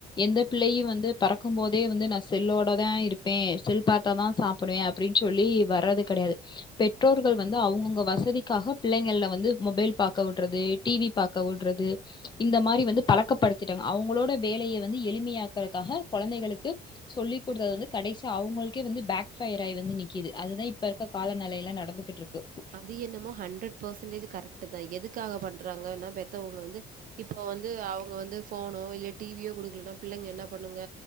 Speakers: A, on the left (about 25°); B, on the right (about 55°).
A: எந்த பிள்ளையு வந்து பெறக்கு போதே வந்து நா செல்லோடதா இருப்பே செல் பாத்தா தா சாப்டுவே அப்டின் சொல்லி வர்றது கெடையாது பெற்றோர்கள் வந்து அவங்கவங்க வசதிக்காக பிள்ளைங்கள்ல வந் வந்து மொபைல் பாக்க விடுறது டிவி பாக்க விடுறது இந்த மாரி வந்து பழக்கப்படுத்திட்டாங்க அவங்களோட வேலைய வந்து எளிமையாக்குறதுக்காக கொழந்தைகளுக்கு சொல்லி் குடுத்தது வந்து கடைசி அவங்களுக்கே வந்து பேக் ஃபயர் ஆயி வந்து நிக்குது அதுதா இப்ப த்த காலநிலைல நடந்துகிட்ருக்கு
B: அது என்னமோ ஹண்ட்ரட் பர்சன்டேஜ் கரெக்ட்தா எதுக்காக பண்றாங்கன்னா பெத்தவங்க வந்து இப்போ வந்து அவங்க வந்து ஃபோனோ இல்ல டிவியோ குடுக்கலனா பிள்ளைங்க என்ன பண்ணுங்க